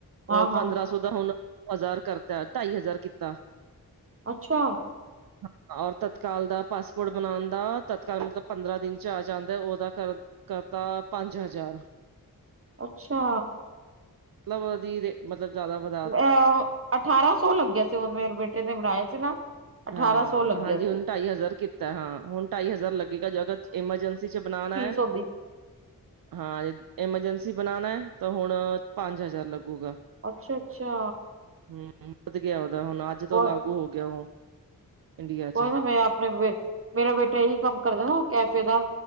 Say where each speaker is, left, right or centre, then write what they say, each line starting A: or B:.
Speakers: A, on the right; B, on the right.
A: ਹਾਂ
B: ਉਹ
A: ਹਾਂ
B: ਪੰਦਰਾਂ ਸੌ ਦਾ ਹੁਣ ਹਜ਼ਾਰ ਕਰਤਾ, ਢਾਈ ਹਜ਼ਾਰ ਕੀਤਾ।
A: ਅੱਛਾ।
B: <inaudible> ਔਰ ਤਤਕਾਲ ਦਾ ਪਾਸਪੋਰਟ ਬਣਾਣ ਦਾ, ਤਤਕਾਲ ਮਤਲਬ ਪੰਦਰਾਂ ਦਿਨ ਚ ਆ ਜਾਂਦਾ, ਉਹਦਾ ਕਰਨ ਕਰਤਾ ਪੰਜ ਹਜ਼ਾਰ।
A: ਅੱਛਾ।
B: ਮਤਲਬ ਜਿਹਦੇ ਮਤਲਬ ਜ਼ਿਆਦਾ ਵਦਾ
A: ਅਹ ਅਠਾਰਾਂ ਸੌ ਲੱਗਿਆ ਸੀ, ਉਹ ਮੇਰੇ ਬੇਟੇ ਨੇ ਬਣਾਇਆ ਸੀ ਨਾ। ਅਠਾਰਾਂ
B: ਹਾਂ।,
A: ਸੌ ਲੱਗਿਆ
B: ਹਾਂਜੀ
A: ਸੀ
B: ਹੁਣ ਢਾਈ ਹਜ਼ਾਰ ਕੀਤਾ ਹਾਂ, ਹੁਣ ਢਾਈ ਹਜ਼ਾਰ ਲੱਗੇਗਾ ਜਗਾ ਐਮਰਜੈਂਸੀ ਚ ਬਣਾਣਾ।
A: ਸੋਡੀ
B: ਹਾਂ, ਐਮਰਜੈਂਸੀ ਬਣਾਣਾ ਆ, ਤਾਂ ਹੁਣ ਪੰਜ ਹਜ਼ਾਰ ਲੱਗੂਗਾ।
A: ਅੱਛਾ-ਅੱਛਾ।
B: ਹੂੰ, ਵੱਧ ਗਿਆ ਉਹਦਾ, ਹੁਣ ਅੱਜ
A: ਕੋਈ
B: ਤੋਂ ਲਾਗੂ ਹੋ ਗਿਆ ਉਹ। ਇੰਡੀਆ
A: ਕੋਈ
B: ਚ
A: ਨਾ ਮੈਂ ਆਪਣੇ ਬੇ ਮੇਰਾ ਬੇਟਾ ਇਹੀ ਕੰਮ ਕਰਦਾ ਨਾ ਕੈਫੇ ਦਾ,